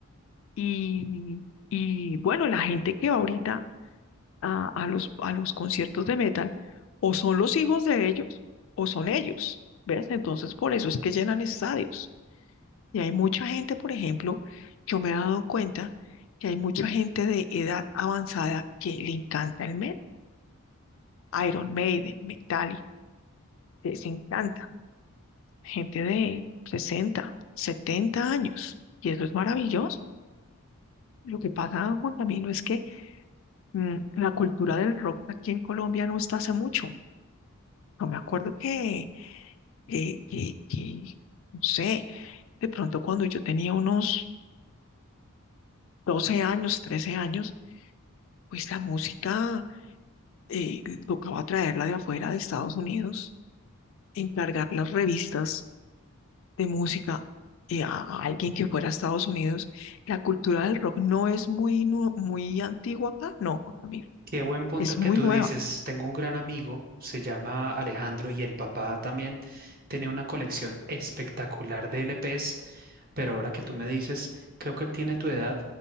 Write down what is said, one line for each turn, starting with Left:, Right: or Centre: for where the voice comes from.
Left: Y, y bueno, la gente que va ahorita a, a los, a los conciertos de metal, o son los hijos de ellos, o son ellos, ¿ves? Entonces, por eso es que llenan estadios. Y hay mucha gente, por ejemplo, yo me he dado cuenta que hay mucha gente de edad avanzada que le encanta el metal, Iron Maiden, Metallica, les encanta. Gente de 60 70 años. Y eso es maravilloso. Lo que pasa, Juan Camilo, es que mm, la cultura del rock aquí en Colombia no está hace mucho. Yo me acuerdo que, que, que, que, no sé, de pronto cuando yo tenía unos 12 años, 13 años, pues la música eh, eh, tocaba traerla de afuera de Estados Unidos, encargar las revistas de música eh, a a alguien que fuera a Estados Unidos. La cultura del rock no es muy, nu- muy antigua acá, no, Juan Camilo,
Right: Qué buen punto
Left: es
Right: el
Left: muy
Right: que tú
Left: nueva.
Right: dices. Tengo un gran amigo, se llama Alejandro y el papá también tenía una colección espectacular de LPs, pero ahora que tú me dices, creo que él tiene tu edad